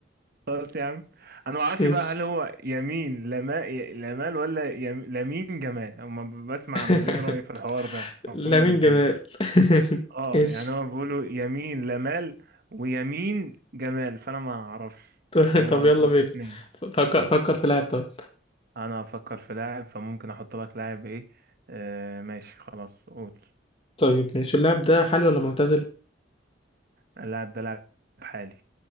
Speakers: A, on the right; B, on the left.
A: خلاص يا عم
B: <laughs>
A: انا ما اعرفش
B: ايش
A: بقى هل هو يمين لما ي- لمال ولا يم... لمين جمال اما بسمع
B: <laughs>
A: عن مليون رأي في الحوار ده فهم
B: لامين
A: الاثنين
B: جمال <laughs>
A: اه
B: ايش
A: يعني هو بيقولوا يمين لمال ويمين جمال فانا ما اعرفش
B: طب
A: فهم
B: طب يلا بينا
A: الاثنين
B: فكر فكر في لاعب طيب
A: انا هفكر في لاعب فممكن احط لك لاعب ايه آه ماشي خلاص قول
B: طيب ماشي اللاعب ده حالي ولا معتزل
A: اللاعب ده لاعب حالي